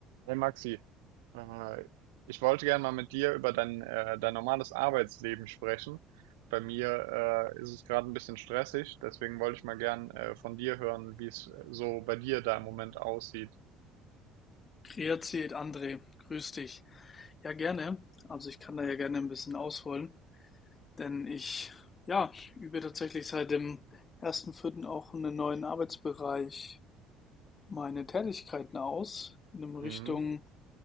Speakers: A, on the right (about 85°); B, on the left (about 35°).
A: Hey Maxi, äh, ich wollte gerne mal mit dir über dein, äh, dein normales Arbeitsleben sprechen. Bei mir äh, ist es gerade ein bisschen stressig, deswegen wollte ich mal gern äh, von dir hören, wie es äh, so bei dir da im Moment aussieht.
B: Grüezi, André, grüß dich. Ja, gerne. Also ich kann da ja gerne ein bisschen ausholen, denn ich, ja, übe tatsächlich seit dem ersten Vierten auch einen neuen Arbeitsbereich meine Tätigkeiten aus, in dem Richtung
A: Mhm.